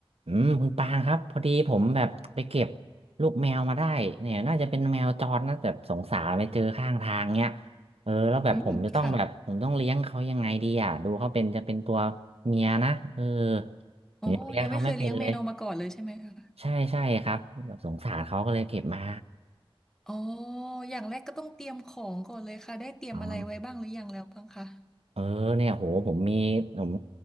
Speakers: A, on the right; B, in the centre.
A: อืมคุณปางครับพอดีผมแบบไปเก็บลูกแมวมาได้เนี่ยน่าจะเป็นแมวจรนะแบบสงสารไปเจอข้างทางเนี่ยเออแล้วแบบผมจะต้องแบบผมต้องเลี้ยงเขายังไงดีอ่ะดูเขาเป็นจะเป็นตัวเมียนะเออ
B: อืมค่ะโอ้ยังไม่เคยเลี้ยงแมวมาก่อนเลยใช่ไหมคะ
A: ผมยังเลี้ยงเขาไม่เป็นเลยใช่ใช่ครับแบบสงสารเขาก็เลยเก็บมา
B: อ๋ออย่างแรกก็ต้องเตรียมของก่อนเลยค่ะ ได้เตรียมอะไรไว้บ้างหรือยังแล้วบ้างคะ
A: อ๋อเออเนี่ยโหผมมีผม